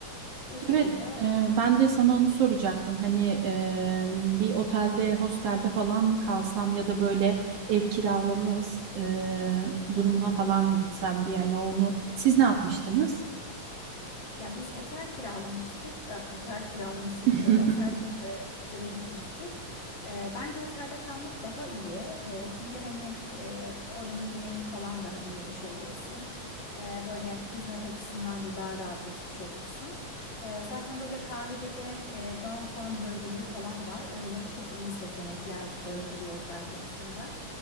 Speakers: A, on the left; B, on the right.
A: o şekilde
B: Evet, e, ben de sana onu soracaktım. Hani e, bir otelde, hostelde falan mı kalsam ya da böyle ev kiralaması e, durumuna falan mı gitsem diye hani onu siz ne yapmıştınız?
A: Ya biz otel kiralamıştık, e, otel kiralamıştık
B: <laughs>
A: diyorum, otel e, otele gitmiştik. E, bence otelde kalmak daha iyi. E, çünkü hani e, oranın yemeğini falan da hani yemiş oluyorsun. E, böyle hizmet açısından da daha rahat etmiş olursun. E, zaten böyle Kahire'de e, downtown bölgeleri falan var. Oraları çok iyi seçenekler barındırıyor otel konusunda.